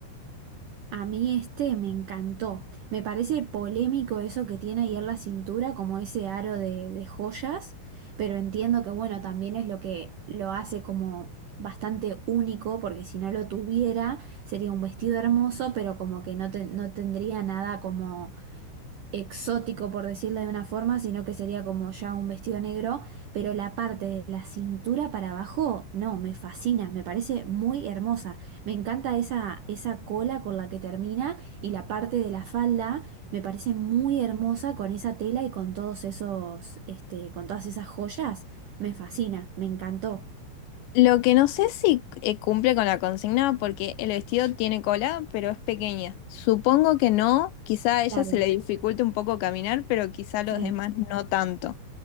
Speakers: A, on the right (about 70°); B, on the left (about 75°).
A: A mí este me encantó. Me parece polémico eso que tiene ahí en la cintura, como ese aro de, de joyas, pero entiendo que bueno, también es lo que lo hace como bastante único, porque si no lo tuviera sería un vestido hermoso, pero como que no, ten- no tendría nada como exótico, por decirlo de una forma, sino que sería como ya un vestido negro, pero la parte de la cintura para abajo, no, me fascina, me parece muy hermosa. Me encanta esa, esa cola con la que termina y la parte de la falda me parece muy hermosa con esa tela y con todos esos, este, con todas esas joyas. Me fascina, me encantó.
B: Lo que no sé si eh, cumple con la consigna porque el vestido tiene cola, pero es pequeña. Supongo que no, quizá a ella
A: Claro,
B: se le dificulte un poco caminar, pero quizá a
A: sí.
B: los demás no tanto.